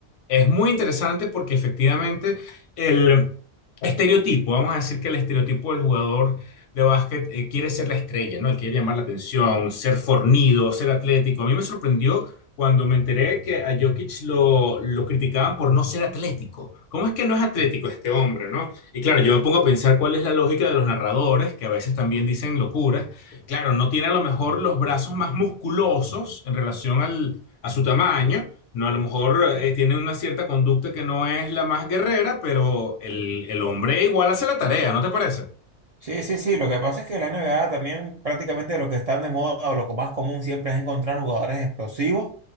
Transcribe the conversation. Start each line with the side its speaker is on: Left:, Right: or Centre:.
Left: Es muy interesante porque efectivamente el estereotipo, vamos a decir que el estereotipo del jugador de básquet eh, quiere ser la estrella, ¿no? Él quiere llamar la atención, ser fornido, ser atlético. A mí me sorprendió cuando me enteré que a Jokic lo, lo criticaban por no ser atlético. ¿Cómo es que no es atlético este hombre, ¿no? Y claro, yo me pongo a pensar cuál es la lógica de los narradores, que a veces también dicen locuras. Claro, no tiene a lo mejor los brazos más musculosos en relación al, a su tamaño no, a lo mejor eh, tiene una cierta conducta que no es la más guerrera, pero el, el hombre igual hace la tarea, ¿no te parece?
Right: Sí, sí, sí. Lo que pasa es que la NBA también prácticamente lo que están de moda o lo más común siempre es encontrar jugadores explosivos